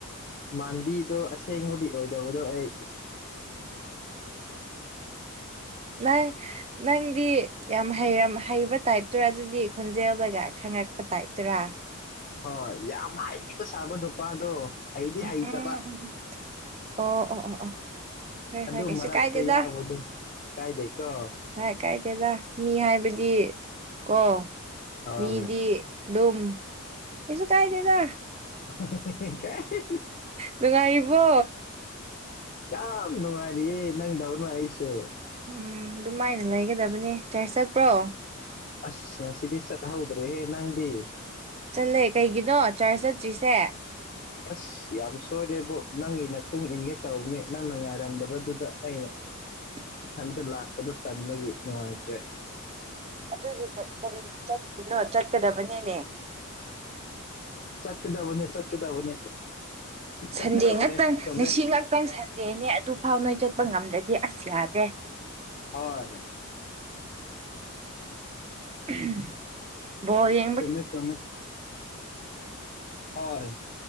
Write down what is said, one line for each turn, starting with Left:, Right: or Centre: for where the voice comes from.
Left: ꯃꯥꯟꯕꯤꯗꯣ ꯑꯁꯦꯡꯕꯗꯤ ꯑꯣꯏꯗꯕꯗꯣ ꯑꯩ
Right: ꯅꯪ ꯅꯪꯗꯤ ꯌꯥꯝ ꯍꯩꯕ ꯇꯥꯏꯞꯇꯔꯥ ꯑꯗꯨꯗꯤ ꯈꯣꯟꯖꯦꯜꯗꯒ ꯈꯪꯉꯛꯄ ꯇꯥꯏꯞꯇꯔꯥ
Left: ꯍꯣꯏ ꯌꯥꯝ ꯍꯩꯕ ꯁꯥꯕ ꯅꯨꯄꯥꯗꯣ ꯍꯩꯗꯤ
Right: ꯎꯝ
Left: ꯍꯩꯇꯕ
Right: ꯑꯣ ꯑꯣ ꯑꯣ ꯑꯣ ꯍꯣꯏ
Left: ꯑꯗꯨꯗꯣ
Right: ꯍꯣꯏ ꯀꯩꯁꯨ
Left: ꯃꯔꯛꯒ
Right: ꯀꯥꯏꯗꯦꯗ
Left: ꯇ ꯌꯥꯎꯕꯗꯨ ꯀꯥꯏꯗꯦ ꯀꯣ
Right: ꯍꯢꯏ ꯀꯥꯏꯗꯦꯗ ꯃꯤ ꯍꯥꯏꯕꯗꯤ ꯀꯣ
Left: ꯍꯣꯏ
Right: ꯃꯤꯗꯤ ꯂꯨꯝ ꯀꯩꯁꯨ ꯀꯥꯢꯗꯦꯗ
Left: <inaudible>
Right: ꯅꯨꯡꯉꯥꯏꯔꯤꯕꯣ
Left: ꯌꯥꯝ ꯅꯨꯡꯉꯥꯏꯔꯤꯌꯦ ꯅꯪꯗꯧꯅ ꯑꯩꯁꯨ
Right: ꯎꯝ ꯑꯗꯨꯃꯥꯏꯅ ꯂꯩꯒꯗꯕꯅꯦ ꯆꯔꯁ ꯆꯠꯄ꯭ꯔꯣ
Left: ꯑꯁ ꯉꯥꯁꯤꯗꯤ ꯆꯠ ꯍꯧꯗ꯭ꯔꯦ ꯍꯦ ꯅꯪꯗꯤ
Right: ꯆꯠꯂꯦ ꯀꯩꯒꯤꯅꯣ ꯆꯥꯔꯁ ꯆꯠꯇ꯭ꯔꯤꯁꯦ
Left: ꯑꯁ ꯌꯥꯝ ꯁꯣꯏꯔꯦꯕꯣ ꯅꯪꯒꯤꯅ ꯃꯇꯨꯡꯨꯡ ꯏꯟꯒꯦ ꯇꯧꯅꯤ ꯅꯪꯅ ꯉꯥꯏꯔꯝꯗꯕꯗꯨꯗ ꯑꯩꯅ
Right: <unintelligible>
Left: ꯏꯊꯟꯇ ꯂꯥꯛꯄꯗꯣ ꯇꯟꯕꯒꯤ ꯅꯨꯡꯉꯥꯏꯇ꯭ꯔꯦ
Right: ꯑꯗꯨꯗꯤ ꯀꯔꯤꯒꯤ ꯆꯠꯇꯣꯏꯅꯣ ꯆꯠꯀꯗꯕꯅꯤꯅꯦ
Left: ꯆꯠꯀꯗꯕꯅꯦ ꯆꯠꯀꯗꯕꯅꯦ
Right: ꯁꯟꯗꯦ
Left: ꯆꯠꯀꯗꯕꯅꯦ
Right: ꯉꯥꯛꯇꯪ
Left: ꯆꯨꯝꯃꯦ
Right: ꯉꯁꯤ ꯉꯥꯛꯇꯪ ꯁꯟꯗꯦꯅꯦ ꯑꯗꯨꯐꯥꯎ ꯅꯣꯏ ꯆꯠꯄ ꯉꯝꯗ꯭ꯔꯗꯤ ꯑꯁ ꯌꯥꯗ꯭ꯔꯦ
Left: ꯍꯣꯏ
Right: ꯎꯝ <inaudible> ꯄꯣꯜ ꯌꯦꯡ
Left: ꯆꯨꯝꯃꯦ ꯆꯨꯝꯃꯦ ꯍꯣꯏ